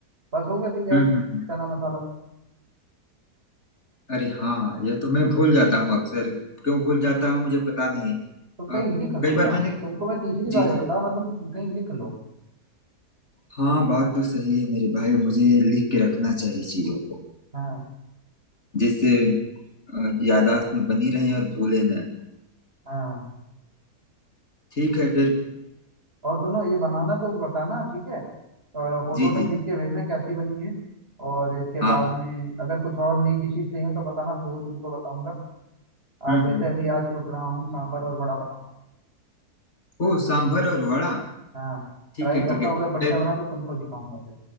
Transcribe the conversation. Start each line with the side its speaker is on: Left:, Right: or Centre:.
Right: बस हो गया तैयार
Left: हम्म हम्म।
Right: चना मसाला
Left: अरे हाँ यह तो मैं भूल जाता हूँ अक्सर क्यों भूल जाता हूँ मुझे पता नहीं
Right: तुम कहीं
Left: अ,
Right: लिख लो
Left: कई बार
Right: ना
Left: मैंने
Right: तुमको मैं तीसरी
Left: जी
Right: बार ही बता
Left: जी
Right: रहा हूं, तुम कहीं लिख लो
Left: हाँ बात तो सही है मेरे भाई मुझे लिख के रखना चाहिए चीजों को
Right: हाँ
Left: जिससे अ, याददाश्त में बनी रहे और भूले न
Right: हाँ
Left: ठीक है फिर
Right: और सुनो ये बनाना तो बताना ठीक है और फोटो
Left: जी
Right: वोटो
Left: जी
Right: खींच
Left: जी
Right: के भेजना कैसी बनी है और इसके
Left: हाँ
Right: बाद में अगर कुछ और नई डिशेस चाहिए तो बताना फिर वो भी तुमको बताऊंगा
Left: हम्म
Right: आज वैसे
Left: हम्म
Right: भी आज सोच रहा हूँ सांभर और बड़ा बनाऊं
Left: ओ सांभर और वड़ा
Right: हाँ
Left: ठीक
Right: ट्राई
Left: है
Right: करता
Left: ठीक है
Right: हूँ अगर बढ़िया
Left: मैं
Right: बना तो तुमको सिखाऊंगा फिर